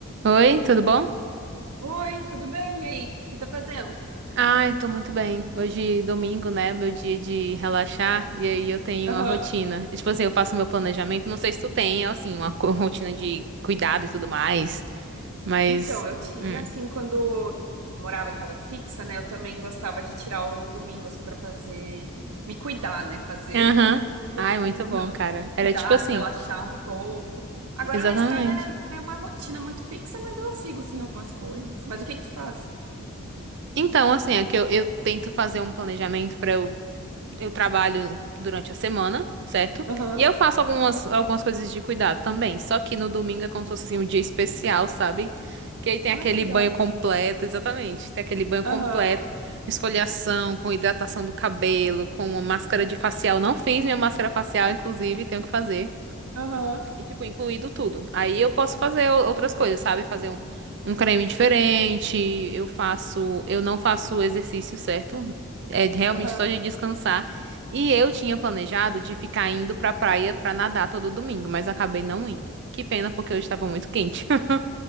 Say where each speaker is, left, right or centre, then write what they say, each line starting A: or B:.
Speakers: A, on the right; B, on the right.
A: Oi, tudo bom?
B: Oi, tudo bem? E aí, o que tá fazendo?
A: Ai, tô muito bem. Hoje, domingo, né? Meu dia de relaxar. E aí eu tenho
B: Aham.
A: a rotina. E, Tipo assim, eu faço meu planejamento. Não sei se tu tem, assim, uma co- rotina de cuidado e tudo mais. Mas.
B: Então, eu tinha,
A: hum.
B: assim, quando eu morava em casa fixa, né? Eu também gostava de tirar o domingo, assim, pra fazer, me cuidar, né? Fazer
A: Aham. Ai,
B: <laughs>
A: muito
B: os
A: bom,
B: meus
A: cara. Era
B: cuidados,
A: tipo assim.
B: relaxar um pouco. Agora
A: Exatamente.
B: na estrada não é uma rotina muito fixa, mas eu sigo, sim, algumas coisas. Mas o que que tu faz?
A: Então, assim, é que eu, eu tento fazer um planejamento pra eu eu trabalho durante a semana, certo?
B: Aham.
A: E eu faço algumas, algumas coisas de cuidado também. Só que no domingo é como se fosse assim, um dia especial, sabe? Que aí tem
B: Ah,
A: aquele
B: que legal.
A: banho completo, exatamente. Tem aquele banho
B: Aham,
A: completo, esfoliação, com hidratação do cabelo, com uma máscara de facial. Não fiz minha máscara facial, inclusive, tenho que fazer.
B: aham,
A: E, tipo, incluído tudo. Aí eu posso fazer o- outras coisas, sabe? Fazer um, um creme diferente. Eu faço. Eu não faço o exercício certo. É de- realmente
B: aham.
A: só de descansar. E eu tinha planejado de ficar indo pra praia pra nadar todo domingo, mas acabei não indo. Que pena, porque hoje estava muito quente. <laughs>